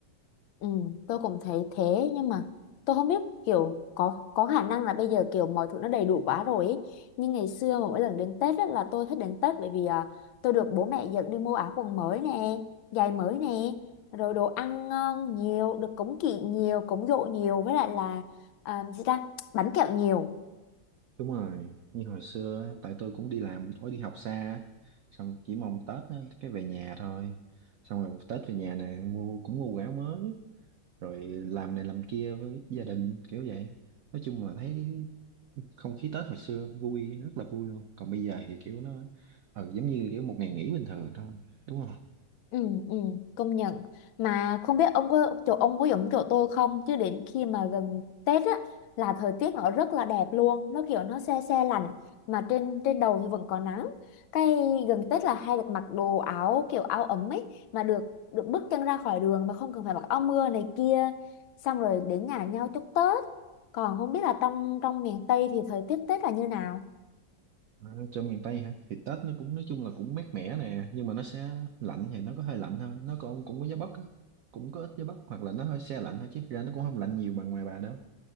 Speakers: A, on the left (about 85°); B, on the right (about 80°).
A: Ừ, tôi cũng thấy thế nhưng mà tôi không biết kiểu có có khả năng là bây giờ kiểu mọi thứ nó đầy đủ quá rồi ấy. Nhưng ngày xưa mà mỗi lần đến Tết á, là tôi thích đến Tết bởi vì à, tôi được bố mẹ dẫn đi mua áo quần mới nè, giày mới nè, rồi đồ ăn ngon nhiều, được cúng kỵ nhiều, cúng giỗ nhiều với lại là à, gì ta? Bánh kẹo nhiều.
B: đúng rồi như hồi xưa á, tại tôi cũng đi làm tôi đi học xa á. xong chỉ mong Tết á, cái về nhà thôi xong rồi Tết về nhà này mua cũng mua quần áo mới rồi làm này làm kia với gia đình kiểu vậy nói chung là thấy không khí Tết hồi xưa vui rất là vui luôn còn bây giờ thì kiểu nó ờ, giống như kiểu một ngày nghỉ bình thường thôi đúng không
A: Ừ, ừ, công nhận mà không biết ông có chỗ ông có giống chỗ tôi không chứ đến khi mà gần Tết á là thời tiết nó rất là đẹp luôn nó kiểu nó se se lạnh mà trên trên đầu thì vẫn có nắng cái gần Tết là hay được mặc đồ áo kiểu áo ấm ấy mà được được bước chân ra khỏi đường mà không cần phải mặc áo mưa này kia xong rồi đến nhà nhau chúc Tết còn không biết là trong trong miền Tây thì thời tiết Tết là như nào
B: À, cho miền Tây hả? Thì Tết nó cũng nói chung là cũng mát mẻ nè, nhưng mà nó sẽ lạnh thì nó có hơi lạnh hơn, nó còn cũng có gió Bắc á, cũng có ít gió Bắc hoặc là nó hơi se lạnh thôi chứ thực ra nó cũng không lạnh nhiều bằng ngoài bà đâu.